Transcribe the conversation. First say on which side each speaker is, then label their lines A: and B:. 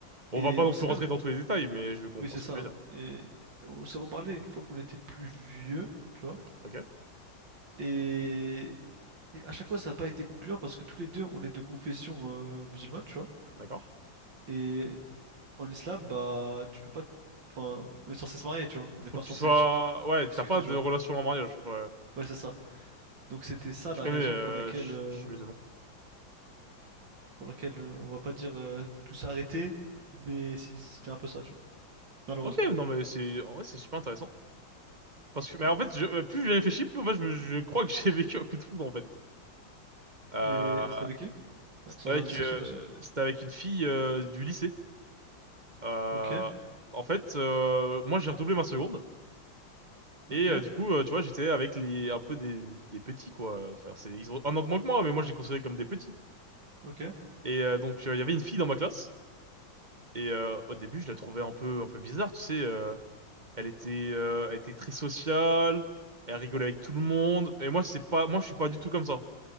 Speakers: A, on the right; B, on the right.
A: on
B: et,
A: va pas
B: et on
A: non
B: s'est
A: plus
B: même.
A: rentrer dans tous les détails, mais je comprends
B: Oui, c'est
A: ce
B: ça.
A: que tu veux dire.
B: Et on s'est reparlé une fois qu'on était plus vieux, tu vois.
A: Ok, ok,
B: Et, et à chaque fois, ça n'a pas été concluant parce que tous les deux, on est de confession euh, musulmane, tu vois.
A: d'accord.
B: Et en islam, bah, tu peux pas. t- Enfin, on est censé se marier, tu vois. On
A: Faut
B: n'est pas
A: que
B: censé
A: tu sois...
B: juste
A: Ouais,
B: discuter,
A: t'as pas
B: tu
A: de
B: vois.
A: relation en mariage. Ouais.
B: Ouais, c'est ça. Donc, c'était ça
A: Je
B: la
A: connais,
B: raison
A: euh,
B: pour laquelle.
A: je
B: euh,
A: je suis musulman.
B: pour laquelle euh, on va pas dire euh, tout s'est arrêté, mais si- si c'était un peu ça, tu vois. Malheureusement.
A: Ok, non mais c'est... En vrai, c'est super intéressant. Parce que, mais
B: Ouais.
A: en fait, je, euh, plus j'ai réfléchi, plus en fait, je, me- je crois que j'ai <laughs> vécu un coup de foudre, en fait. Euh,
B: Et c'était avec qui?
A: c'était
B: Ouais, Sans
A: avec,
B: indiscrétion,
A: euh,
B: bien sûr.
A: c'était avec une fille euh, du lycée. Euh,
B: Ok,
A: en fait, euh, moi, j'ai redoublé ma seconde.
B: ok,
A: Et euh, du coup, euh, tu vois, j'étais avec les, un peu des, des petits, quoi. Enfin, c'est, ils ont un an de moins que moi, mais moi, je les considérais comme des petits.
B: ok,
A: Et euh, donc, euh, il y avait une fille dans ma classe. Et euh, au début, je la trouvais un peu, un peu bizarre, tu sais. euh, Elle était, euh, elle était très sociale. Elle rigolait avec tout le monde. Et moi, c'est pas, moi, je suis pas du tout comme ça.